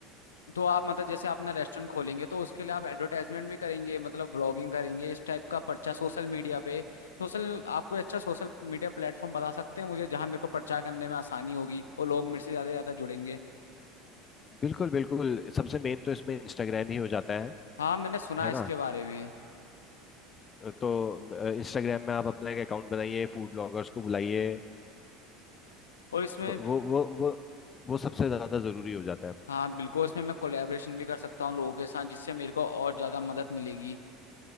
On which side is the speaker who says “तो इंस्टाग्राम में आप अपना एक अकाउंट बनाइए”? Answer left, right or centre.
Left